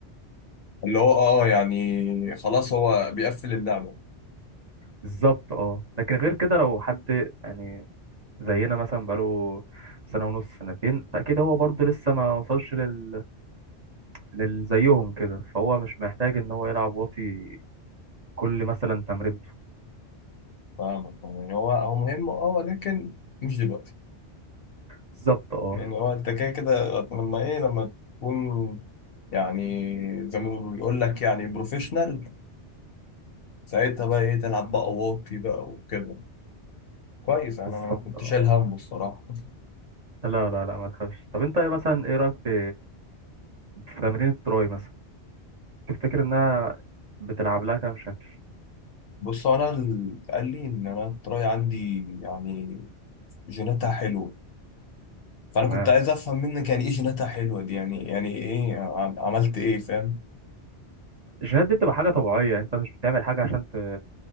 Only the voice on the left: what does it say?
اللي هو اه يعني خلاص هو بيقفل اللعبة
فاهمك يعني هو هو مهم اه ولكن مش دلوقتي
يعني هو انت كده كده لما ايه لما تكون يعني زي ما بيقول لك يعني بروفيشنال ساعتها بقى ايه تلعب بقى واطي بقى وكده كويس انا
كنت
شايل هم الصراحة
بص انا اللي قال لي ان انا التراي عندي يعني جيناتها حلوة فانا
كنت عايز افهم منك يعني ايه جيناتها حلوه دي يعني يعني ايه عم- عملت ايه فاهم